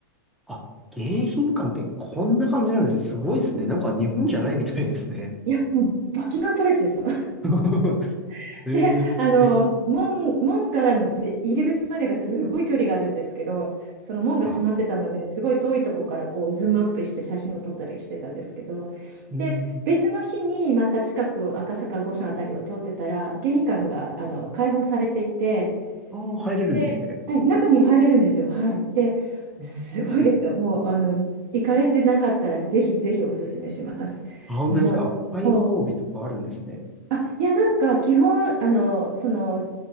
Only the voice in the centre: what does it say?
あ、迎賓館ってこんな感じなんですね。すごいですね。なんか日本じゃないみたいですね。
<laughs>
えー、
すげえ。
あ、
うん。
ああ、入れるんですね。
こういう日も。
あ、本当ですか。
開放日とかあるんですね。